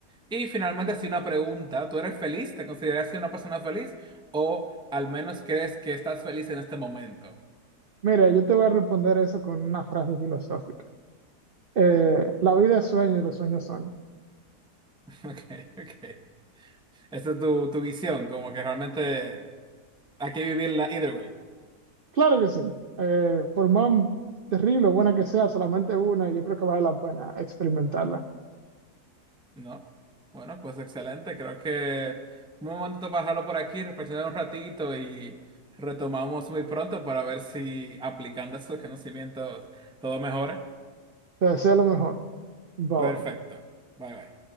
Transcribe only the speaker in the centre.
Y finalmente, así una pregunta. ¿Tú eres feliz? ¿Te consideras una persona feliz? ¿O al menos crees que estás feliz en este momento?
<laughs> Ok, ok. Esa es tu, tu visión, como que realmente hay que vivirla either way,
¿no? Bueno, pues excelente. Creo que un momento para dejarlo por aquí, reflexionar un ratito y retomamos muy pronto para ver si aplicando esos conocimientos todo mejora.
Perfecto.
Bye bye.